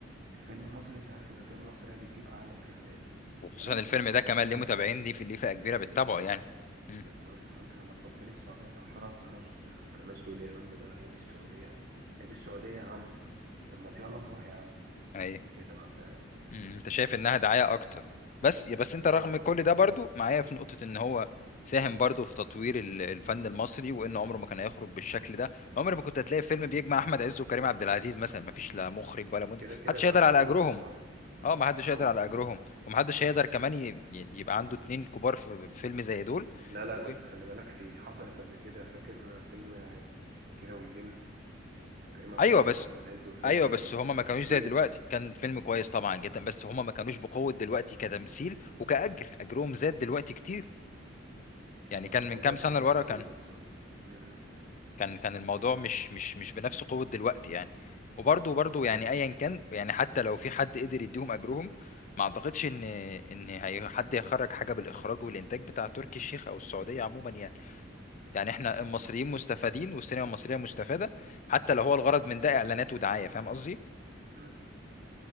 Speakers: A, on the right (about 50°); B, on the left (about 40°).
A: الفيلم المصري انت عارف ان الافلام المصريه بتجيب اعلى مشاهدات
B: وخصوصا
A: فلما
B: الفيلم
A: تحط السعوديه
B: ده كمان ليه متابعين ليه في ليه فئة كبيرة بتتابعه
A: بالظبط
B: يعني مم.
A: بالظبط فانت لما تحط لي السعوديه تحشرها في النص فالناس تقول إيه يا عم ده هي دي السعوديه هي دي السعوديه يا عم طب ما يلا نروح يا عم
B: أيوه
A: كده بقى فاهم
B: مم، انت شايف انها دعاية اكتر بس يا بس
A: بالظبط
B: انت رغم كل ده برضو معايا في نقطة ان هو ساهم برضو في تطوير ال- الفن المصري وان عمره ما كان هيخرج بالشكل ده عمر ما كنت هتلاقي فيلم بيجمع احمد عز وكريم عبد العزيز مثلا ما فيش لا مخرج ولا منتج
A: كده كده
B: محدش
A: بقى
B: هيقدر
A: فلوس
B: على اجرهم
A: اه طب
B: اه ما حدش
A: طبعا
B: هيقدر على
A: آه.
B: اجرهم ومحدش هيقدر كمان ي- ي- يبقى عنده اتنين كبار في في فيلم زي دول
A: لا لا
B: و...
A: بس خلي بالك في حصلت قبل كده فاكر فيلم كيرة والجن كريم عبد
B: ايوه
A: العزيز
B: بس
A: واحمد عز والفيلم
B: ايوه
A: كان
B: بس هما
A: كان
B: ما كانوش
A: خطير
B: زي دلوقتي كان فيلم كويس طبعا جدا بس هما ما كانوش بقوة دلوقتي كتمثيل وكأجر اجرهم زاد دلوقتي كتير يعني
A: وهو
B: كان من كام
A: زاد
B: سنة
A: دلوقتي
B: لورا
A: كتير
B: كان
A: بس آه. مم.
B: كان كان الموضوع مش مش مش بنفس قوة دلوقتي يعني وبرضه برضه يعني ايا كان يعني حتى لو في حد قدر يديهم اجرهم ما اعتقدش ان ان هي حد يخرج حاجة بالاخراج والانتاج بتاع تركي الشيخ او السعودية عموما يعني يعني احنا المصريين مستفادين والسينما المصرية مستفادة حتى لو هو الغرض من ده اعلانات ودعاية فاهم قصدي
A: مم.